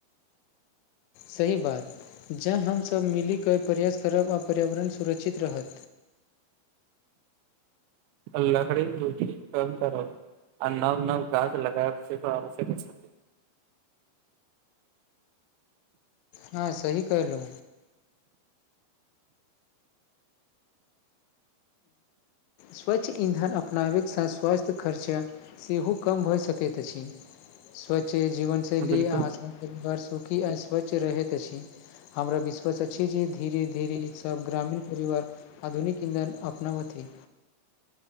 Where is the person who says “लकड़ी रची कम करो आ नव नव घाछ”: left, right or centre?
Right